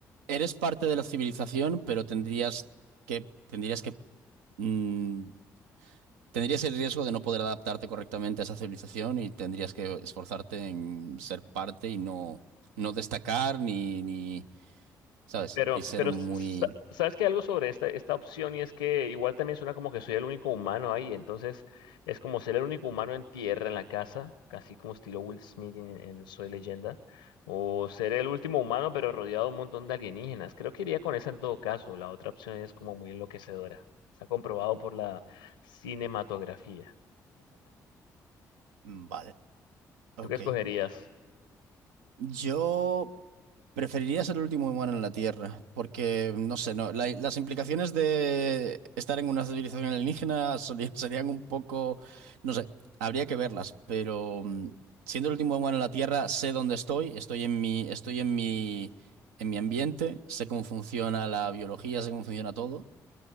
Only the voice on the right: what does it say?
eres parte de la civilización, pero tendrías que, tendrías que, mm, tendrías el riesgo de no poder adaptarte correctamente a esa civilización y tendrías que esforzarte en ser parte y no, no destacar ni, ni, ¿sabes?
Ni ser
muy...
Vale, ok.
Yo. Preferiría ser el último humano en la Tierra, porque, no sé, no, la- las implicaciones de estar en una civilización alienígena solía- <laughs> serían un poco, no sé, habría que verlas, pero mm, siendo el último humano en la Tierra, sé dónde estoy, estoy en mi, estoy en mi, en mi ambiente, sé cómo funciona la biología, sé cómo funciona todo,